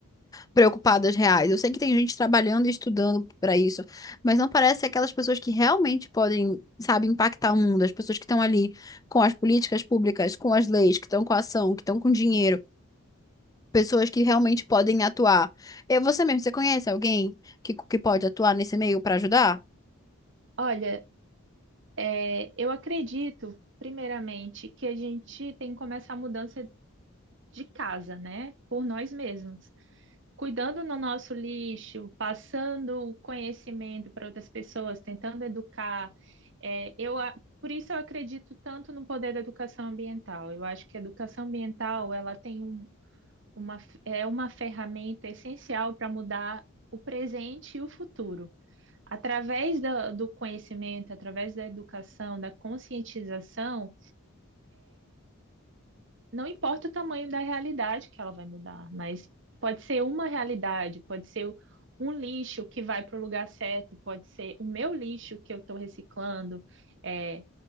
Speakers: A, on the left (about 15°); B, on the right (about 55°).
A: preocupadas reais. Eu sei que tem gente trabalhando e estudando para isso, mas não parece aquelas pessoas que realmente podem, sabe, impactar o mundo, as pessoas que estão ali com as políticas públicas, com as leis, que estão com a ação, que estão com dinheiro. Pessoas que realmente podem atuar. Eu, você mesmo, você conhece alguém que, que pode atuar nesse meio para ajudar?
B: Olha, é, eu acredito, primeiramente, que a gente tem que começar a mudança de casa, né? Por nós mesmos. Cuidando no nosso lixo, passando o conhecimento para outras pessoas, tentando educar. É, eu, a- por isso eu acredito tanto no poder da educação ambiental. Eu acho que a educação ambiental, ela tem um, uma, f- é uma ferramenta essencial para mudar o presente e o futuro. através da, do conhecimento, através da educação, da conscientização, não importa o tamanho da realidade que ela vai mudar, mas pode ser uma realidade, pode ser um lixo que vai para o lugar certo, pode ser o meu lixo que eu estou reciclando, é,